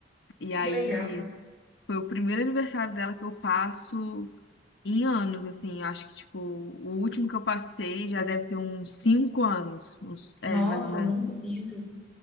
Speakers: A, on the left; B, in the centre.
A: E aí
B: Que legal.
A: foi o primeiro aniversário dela que eu passo Em anos, assim, eu acho que, tipo, o último que eu passei já deve ter uns cinco anos, uns, é,
B: Nossa,
A: mais ou menos.
B: muito tempo.